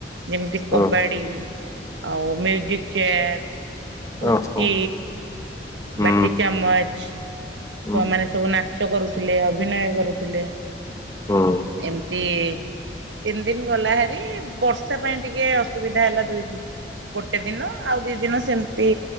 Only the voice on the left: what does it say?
ହୁଁ
ଓହୋ ହୁଁ
ହୁଁ
ହୁଁ।